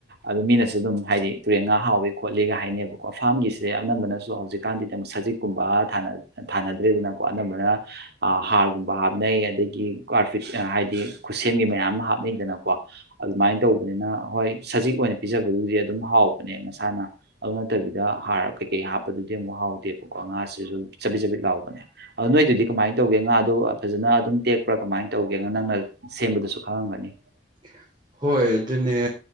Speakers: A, on the right; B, on the right.
A: ꯑꯗꯨ ꯃꯤꯅꯁꯨ ꯑꯗꯨꯝ ꯍꯥꯏꯗꯤ ꯇꯨꯔꯦꯟ ꯉꯥ ꯍꯥꯎꯋ ꯈꯣꯠꯂꯤꯒ ꯍꯥꯏꯅꯕꯀꯣ ꯐꯥꯝꯒꯤꯁꯦ ꯑꯅꯝꯕꯅꯁꯨ ꯍꯧꯖꯤꯛꯀꯥꯟꯗꯤ ꯁꯖꯤꯛꯀꯨꯝꯕ ꯊꯥꯅꯗ꯭ꯔꯦꯗꯅꯀꯣ ꯑꯅꯝꯕꯅ ꯍꯥꯔꯒꯨꯝꯕ ꯍꯥꯞꯅꯩ ꯑꯗꯒꯤ <unintelligible> ꯍꯥꯏꯗꯤ ꯈꯨꯠꯁꯦꯝꯒꯤ ꯃꯌꯥꯝ ꯑꯃ ꯍꯥꯞꯅꯩꯗꯅꯀꯣ ꯑꯗꯨꯃꯥꯏꯅ ꯇꯧꯕꯅꯤꯅ ꯍꯣꯏ ꯑꯣꯏꯅ ꯄꯤꯖꯕꯗꯨꯗꯤ ꯑꯗꯨꯝ ꯍꯥꯎꯕꯅꯦ ꯃꯁꯥꯅ ꯑꯗꯨ ꯅꯠꯇꯕꯤꯗ ꯍꯥꯔ ꯀꯩꯀꯩ ꯍꯥꯞꯄꯗꯨꯗꯤ ꯑꯃꯨꯛ ꯍꯥꯎꯗꯦ ꯀꯣ ꯉꯥꯁꯤꯁꯨ ꯆꯥꯄꯤꯠ ꯆꯥꯕꯤꯠ ꯂꯥꯎꯕꯅꯦ ꯑꯣ ꯅꯣꯏꯗꯨꯗꯤ ꯀꯃꯥꯏꯅ ꯇꯧꯒꯦ ꯉꯥꯗꯣ ꯐꯖꯅ ꯑꯗꯨꯝ ꯇꯦꯛꯄ꯭ꯔ ꯀꯃꯥꯏꯅ ꯇꯧꯒꯦꯅ ꯅꯪꯅ ꯁꯦꯝꯕꯗꯨꯁꯨ ꯈꯪꯉꯝꯒꯅꯤ
B: ꯑ ꯍꯣꯏ ꯑꯗꯨꯅꯦ